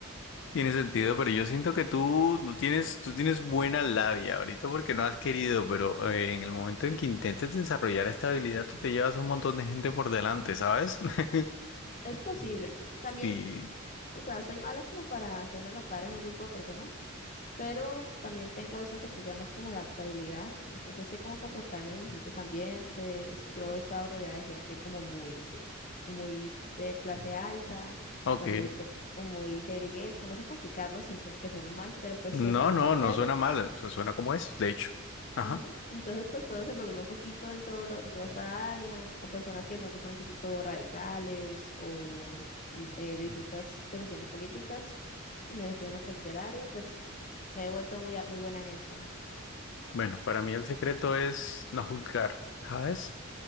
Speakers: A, on the left; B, on the left.
A: tiene sentido, pero yo siento que tú, tú tienes, tú tienes buena labia ahorita porque no has querido, pero eh, en el momento en que intentes desarrollar esta habilidad, tú te llevas un montón de gente por delante, ¿sabes? <laughs>
B: Es posible. También,
A: Sí.
B: o sea, soy mala como para hacerme notar en un grupo de personas, pero también tengo eso que tú llamas como adaptabilidad. Entonces sé cómo comportarme en distintos ambientes. Yo he estado rodeada de gente como muy de, muy de clase alta
A: Ok.
B: o muy, de, o muy del gueto. No sé complicarlo sin suene- que suene mal, pero pues,
A: No,
B: sí, o sea,
A: no,
B: se
A: no suena mal, o sea, suena como es, de hecho. Ajá.
B: Ujú. Entonces, pues puedo desenvolverme un poquito en todo lo- en toda esa área, o personas que de pronto son un poquito radicales o mm, eh, de distintas posiciones políticas. Me defiendo en cualquier área, pues me he vuelto muy, a- muy buena en eso.
A: Bueno, para mí el secreto es no juzgar, ¿sabes?